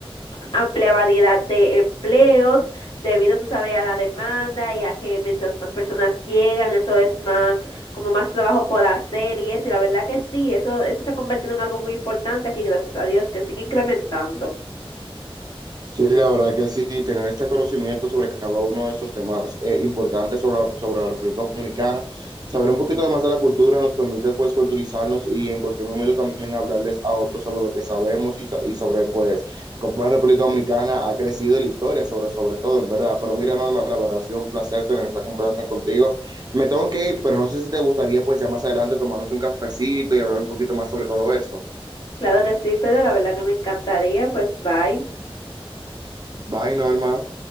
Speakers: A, on the left; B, on the right.
A: amplia variedad de empleos debido, tú sabes, a la demanda y a que mientras más personas llegan, eso es más, como más trabajo por hacer y eso, y la verdad que sí, eso, eso se ha convertido en algo muy importante aquí, gracias a Dios, que sigue incrementando.
B: Sí, la verdad que sí, tener este conocimiento sobre cada uno de estos temas eh, importantes sobre, la- sobre la República Dominicana, saber un poquito más de la cultura nos permite pues culturizarnos y en cualquier momento también hablarles a otros sobre lo que sabemos y, so- y sobre pues cómo la República Dominicana ha crecido en la historia, sobre, sobre todo, en verdad. Pero mira, Norma, la verdad ha sido un placer tener esta conversación contigo. Me tengo que ir, pero no sé si te gustaría pues ya más adelante tomarnos un cafecito y hablar un poquito más sobre todo esto.
A: Claro que sí, pero la verdad que me encantaría, pues bye.
B: Bye, Norma.